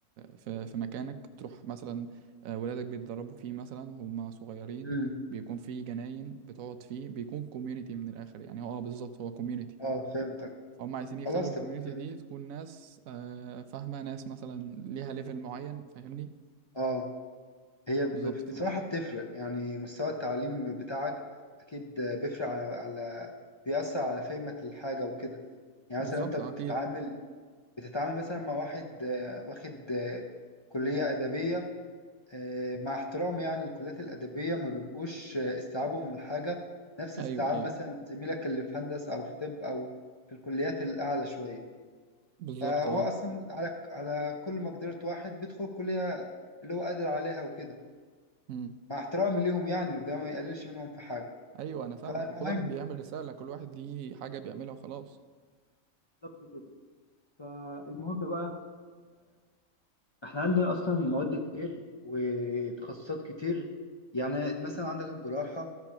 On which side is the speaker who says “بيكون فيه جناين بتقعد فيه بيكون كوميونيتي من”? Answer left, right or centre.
Right